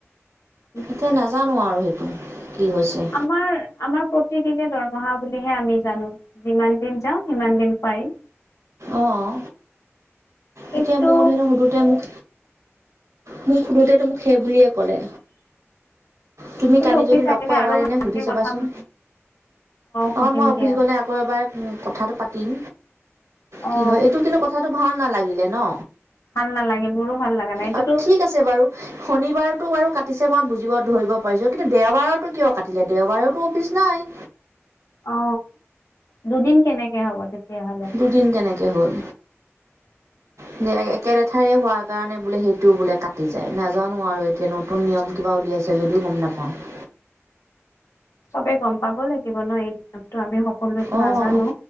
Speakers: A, on the left; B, on the right.
A: উ
B: এতিয়া নাজানো আৰু সেইটো কি হৈছে
A: আমাৰ আমাৰ প্ৰতিদিনে দৰমহা বুলিহে আমি জানো যিমান দিন যাওঁ সিমান দিন পাই
B: অঁ
A: কিন্তু
B: এতিয়া ময়ো ধেনো সুধোতে মোক মোক সোধোতে টো মোক সেই বুলিয়ে ক'লে তুমি কালি
A: অফিচ
B: যদি লগ
A: আহিলে
B: পোৱা
A: আৰু
B: এবাৰ এনে
A: ভালকে
B: সুধি চাবাচোন
A: কথা পাতিম সুধিম
B: অ মই অফিচ
A: দিয়া
B: গলে আকৌ এবাৰ কথাটো পাতিম
A: অ
B: কি হয় এইটো কিন্তু কথাটো ভাল নালাগিলে ন
A: ভাল নালাগিল মোৰো ভাল লাগা নাই এইটোতো
B: অঁ ঠিক আছে বাৰু শনিবাৰতো বাৰু কাটিছে মই বুজিব ধৰিব পাৰিছোঁ কিন্তু দেওবাৰতো কিয় কাটিলে দেওবাৰেতো অফিচ নাই
A: অ দুদিন কেনেকে হ'ব তেতিয়াহলে
B: দুদিন কেনেকে হ'ল
A: <inaudible>
B: একে লেথাৰিয়ে হোৱা কাৰণে বোলে সেইটোও বোলে কাটি যায় নাজানো আৰু এতিয়া ন নতুন নিয়ম কিবা উলিয়াইছে যদিও গম নাপাওঁ
A: চবে গম পাব লাগিব ন এই নিয়মটো আমি সকলোৱোতো
B: অঁ
A: নাজানো